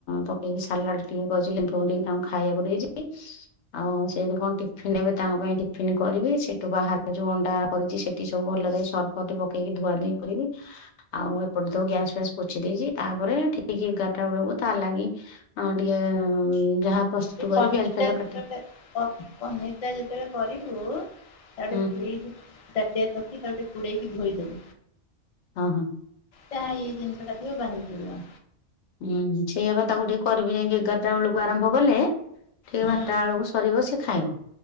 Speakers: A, on the left; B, on the left.
A: ପକେଇକି ସାଲାଡ ଟିକେ କରିଛି ଲେମ୍ଵୁ ଫେମ୍ବୁ ଦେଇକି ତାଙ୍କୁ ଖାଇବାକୁ ଦେଇକି ଆଉ ସେଇଠି କଣ ଟିଫିନ ନେବେ ତାଙ୍କ ପାଇଁ ଟିଫନ୍ କରିବି ସେଠୁ ବାହାରେ ଯୋଉ ଅଣ୍ଡା କରିଛି ସେ ଠି ସବୁ ଭଲରେ ସର୍ପ ଫର୍ପ ପକେଇକି ଧୁଆ ଧୁଇ କରିବି ଆଉ ଏପଟେ ତ ଗ୍ୟାସ ଫ୍ୟାସ୍ ପୋଛି ଦେଇଛି ତାପରେ ଠିକ ଏଗାର ଟା ବେଳକୁ ତା ଲାଗି ଟିକେ ଯାହା ପ୍ରସ୍ତୁତ
B: ଏ
A: କରି
B: ପନ
A: ପିଆଜ
B: <unintelligible>
A: ଫିଆଜ କାଟି
B: ପନିର ଟା ଯେତେବେଳେ କରିବୁ ତାଟେ
A: ହୁଁ
B: ଫ୍ରିଜ ତାଟିଆ ରେ ରଖି ତାକୁ ଟିକେ ପୁଡେଇକି ଧୋଇଦବୁ।
A: ହଁ ହଁ।
B: ଯହା ଇଏ ଜିନିଷ ଟା ଥିବ ବାହାରି ପଡିବ।
A: ହୁଁ ସେଇଆପ ତାକୁ ଟିକେ କରିବି ଯାଇକି ଏଗାରଟା ବେଳକୁ ଆରମ୍ଭ କଲେ ଠିକ
B: ହୁଁ
A: ବାରଟା ବେଳକୁ ସରିବ ସେ ଖାଇବ